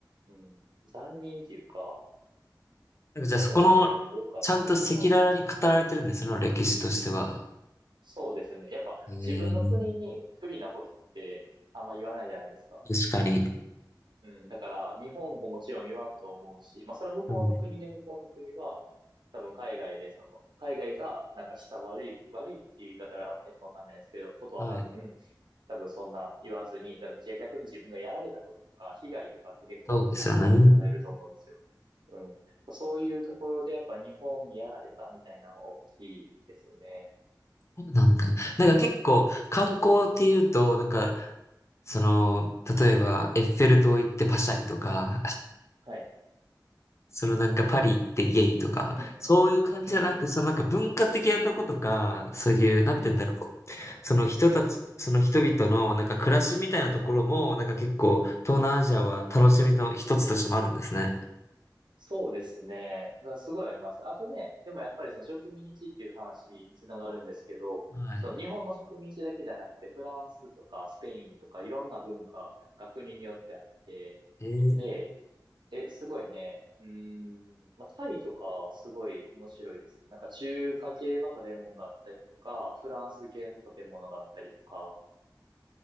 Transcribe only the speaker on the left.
んかじゃあそこの、
ちゃんと赤裸々に語られてるんですね、
その歴史としては。
ええ、確かに。
うん。
はい。
そうですよね。
そうなんだ。なんか結構、
観光っていうと、なんか、その、例えば、エッフェル塔行ってパシャリとか、
そのなんかパリ行ってイエイとか、
そういう感じじゃなく、
そのなんか文化的なとことか、そういう、なんて言うんだろう。
その人たち、その人々のなんか暮らしみたいなところも、
なんか結構東南アジアは楽しみの一つとしてもあるんですね。
はい。
えー、